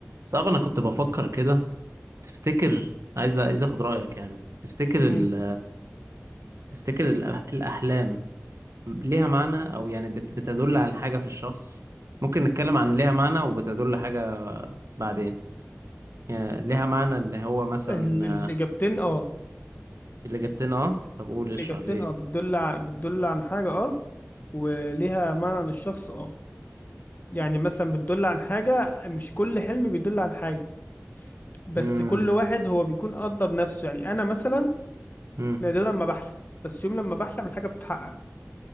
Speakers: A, on the right; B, on the left.
A: صعب انا كنت بفكر كده تفتكر عايز عايز اخد رأيك يعني تفتكر
B: مم.
A: ال... تفتكر الأ- الأحلام ليها معنى او يعني بت... بتدل على حاجة في الشخص ممكن نتكلم عن ليها معنى وبتدل حاجة بعدين يعني ليها معنى ان هو مثلا
B: ال- الإجابتين
A: آه،
B: اه
A: اللي جبتنا اه طب قول اشرح
B: الإجابتين
A: ليه
B: اه بتدل ع- بتدل عن حاجة اه وليها معنى للشخص اه يعني مثلا بتدل عن حاجة مش كل حلم بيدل عن حاجة بس
A: امم
B: كل واحد هو بيكون قصده بنفسه يعني أنا مثلا
A: امم
B: نادرا ما بحلم بس يوم لما بحلم الحاجة بتتحقق